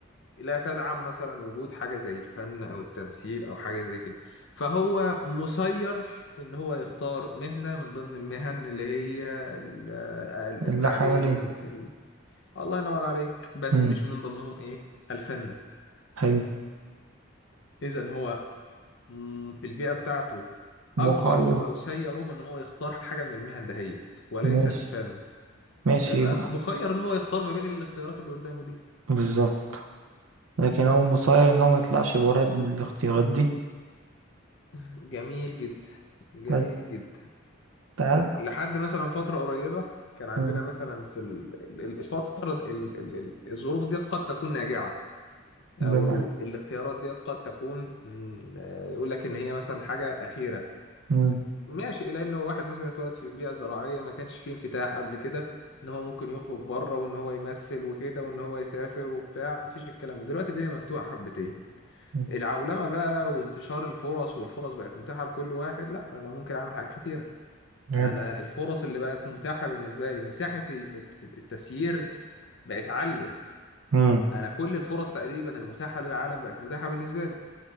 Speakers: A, on the left; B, on the right.
A: لا تدعم مثلا وجود حاجه زي الفن او التمثيل او حاجه زي كده فهو مسير ان هو يختار مهنه من ضمن المهن اللي هي ال- ال- التعليم
B: اللي حواليه
A: ال... الله ينور عليك بس
B: مم.
A: مش من ضمنهم ايه الفن
B: حلو
A: اذا هو مم، في البيئه بتاعته
B: مخير
A: اجبروه او سيروه ان هو يختار حاجه من المهن دهيت وليست
B: ماشي
A: الفن
B: ماشي
A: تمام
B: يبقى
A: مخير ان هو يختار ما بين الاختيارات اللي قدامه دي
B: بالظبط لكن هو مسير ان هو ما يطلعش بره الاختيارات دي
A: <laughs> جميل جدا جميل
B: طيب
A: جدا
B: تعال
A: لحد مثلا فترة قريبة كان عندنا
B: مم.
A: مثلا في ال- ال- ال- الفترة د- ال- ال- ال- الظروف دي قد تكون ناجعة أو
B: بما
A: الاختيارات دي قد تكون مم، آه، يقول لك إن هي مثلا حاجة أخيرة
B: مم.
A: ماشي إلى إن واحد مثلا اتولد في بيئة زراعية ما كانش فيه انفتاح قبل كده إن هو ممكن يخرج بره وإن هو يمثل وكده وإن هو يسافر وبتاع مفيش الكلام ده دلوقتي الدنيا مفتوحة حبتين
B: مم.
A: العولمة بقى وانتشار الفرص والفرص بقت متاحة لكل واحد لا أنا ممكن أعمل حاجات كتيرة
B: حلو
A: انا الفرص اللي بقت متاحه بالنسبه لي مساحه الت- التسيير بقت عاليه
B: امم
A: انا كل الفرص تقريبا المتاحه للعالم بقت متاحه بالنسبه لي